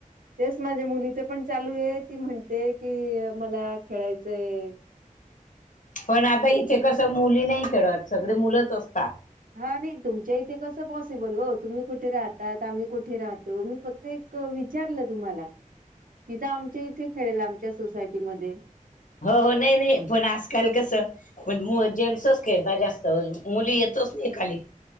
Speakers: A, on the right; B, on the left.
A: तेच माझ्या मुलीच पण चालू आहे ती म्हणते की मला खेळायचंय. <unintelligible>
B: पण आता इथे कसं मुली नाही खेळत सगळे मुलंच असतात.
A: हा नाही तुमच्या इथे कसं पॉसिबल हो तुम्ही कुठे राहतात आम्ही कुठे राहतो मी फक्त एक विचारलं तुम्हाला तिथं आमच्या इथे खेळेल आमच्या सोसायटीमध्ये.
B: हो हो नाही नाही पण आजकाल कसं. ण मु जेंट्सच खेळतात जास्त मुली येतोच नाही खाली.